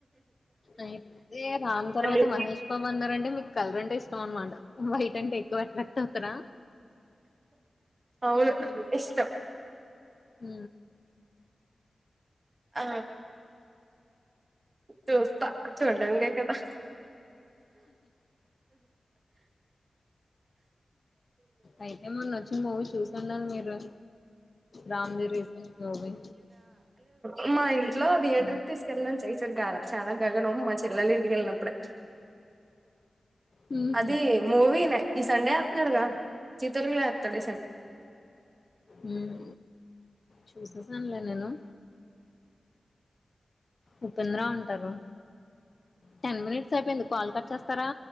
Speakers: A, on the left; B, on the right.
A: అయితే రామ్ తర్వాత
B: అన్ని
A: మహేష్ బాబు అన్నారంటే మీకు కలర్ అంటే ఇష్ ష్టం అన్నమాట వైట్ అంటే ఎక్కువ అట్రాక్ట్ అవుతారా
B: అవును ఇష్టం
A: హు
B: ఆ చూస్తా చూడ్డానికి అయితే బా
A: అయితే మన్నొచ్చు మూవీ చూసిండరు మీరు రామ్ ది రీసెంట్ మూవీ
B: అమ్మాయి లో టిఏటర్కి
A: హ్మ్.
B: తీసుకెళ్ళడం చేయిచ్చు కాదు చాలా గగనం మా చెల్లెలు ఇంటికి వెళ్ళినప్పుడే
A: హుహు.
B: అదిీ మూవినే ఈ సండే వత్తనాడుగా జీతం తో ఆ డాసెన్
A: ఉమ్ చూసేసానులే నేను ఉపేంద్ర అంటారు టెన్ మినిట్స్ అయిపోయింది కాల్ కట్ చేస్తారా